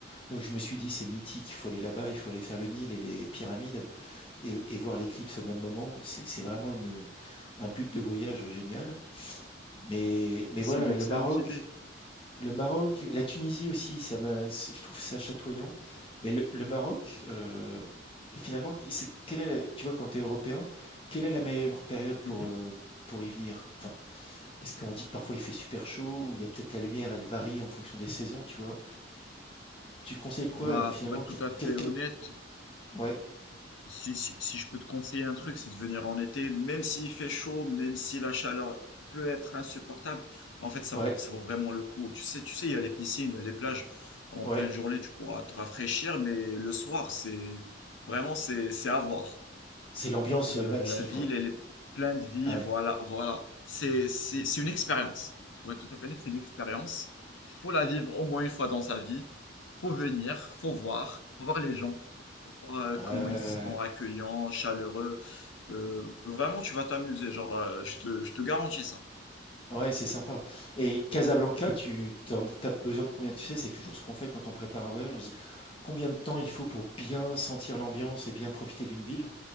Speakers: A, on the left; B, on the left.
A: Donc je me suis dit c'est mythique, il faut aller là-bas, il faut aller faire le Nil et les pyramides et, et voir l'éclipse au même moment. C'est c'est vraiment une, un but de voyage génial. Mais, mais
B: Ah, C'est
A: voilà,
B: une excellente
A: le Maroc,
B: idée.
A: Le Maroc, la Tunisie aussi, ça m'a, je trouve ça chatoyant. Mais le, le Maroc, euh, finalement, c'est, quelle est la- tu vois, quand tu es européen, quelle est la meilleure période pour,
B: Mhm.
A: euh, pour y venir? Enfin, parce qu'on dit que parfois il fait super chaud, ou il y a peut-être la lumière, elle varie en fonction des saisons, tu vois. Tu conseilles quoi,
B: Bah,
A: euh, finalement?
B: pour être
A: quel-
B: tout à fait
A: quel- quel-
B: honnête,
A: Ouais,
B: Si, si- si je peux te conseiller un truc, c'est de venir en été, même s'il fait chaud, même si la chaleur peut être insupportable, en fait, ça
A: ouais,
B: vaut, ça vaut vraiment le coup. Tu sais, tu sais, il y a les piscines, il y a les plages. En
A: ouais.
B: pleine journée, tu pourras te rafraîchir, mais le soir, c'est vraiment, c'est, c'est à voir.
A: C'est l'ambiance
B: La,
A: euh, maxi,
B: la ville,
A: quoi.
B: elle est pleine de vie,
A: Ah
B: voilà,
A: ouais.
B: voilà. C'est, c'est, c'est une expérience. Pour être tout à fait honnête, c'est une expérience. Faut la vivre au moins une fois dans sa vie. Faut venir, faut voir, faut voir les gens, faut voir euh,
A: Ah
B: comment
A: ouais, ouais, ouais,
B: ils sont
A: ouais.
B: accueillants, chaleureux. Euh, vraiment, tu vas t'amuser, genre, euh, je te, je te garantis ça.
A: Ouais, c'est sympa. Et Casablanca, tu t'en, t'as besoin de combien? Tu sais, c'est toujours ce qu'on fait quand on prépare un voyage. On se dit combien de temps il faut pour bien sentir l'ambiance et bien profiter d'une ville.